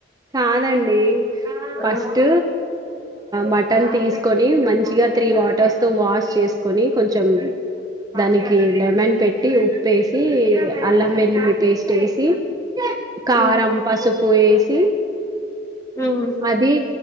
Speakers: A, on the right; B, on the left.
A: కాదండి ఫస్ట్
B: ఆహా!
A: మటన్ తీసుకొని మంచిగ త్రీ వాటర్స్ తో వాష్ చేసుకొని కొంచెం దానికి లెమన్ పెట్టి ఉప్పేసి అల్లం వెల్లుల్లి పేస్ట్ వేసి కారం
B: హ్మ్.
A: పసుపు ఎషి హి
B: హ్మ్.
A: అది